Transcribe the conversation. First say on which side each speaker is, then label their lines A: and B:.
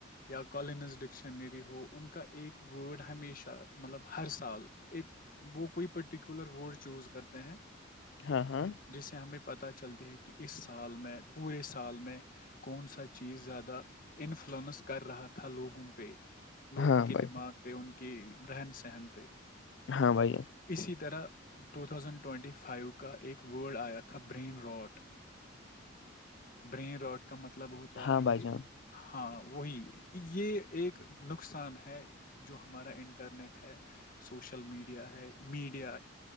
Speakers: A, on the left (about 45°); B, on the left (about 60°).
A: یا کالینز ڈکشنری ہو ان کا ایک ورڈ ہمیشہ مطلب ہر سال ایک وہ کوئی پرٹیکولر ورڈ چوز کرتے ہیں
B: ہاں ہاں
A: جسے ہمیں پتہ چلتی ہے کہ اس سال میں پورے سال میں کون سا چیز زیادہ انفلئنس کر رہا تھا لوگوں پہ لوگوں
B: ہاں
A: کے
B: بھائی
A: دماغ پہ ان کے رہن سہن پہ
B: جان، ہاں بھائی
A: اسی طرح ٹو تھاوزینڈ ٹوئٹی فائیو کا ایک ورڈ آیا تھا برین راٹ برین راٹ کا مطلب ہوتا
B: ہاں
A: ہے
B: بھائی
A: کہ
B: جان
A: ہاں وہی یہ ایک نقصان ہے جو ہمارا ان انٹرنیٹ ہے سوشل میڈیا ہے میڈیا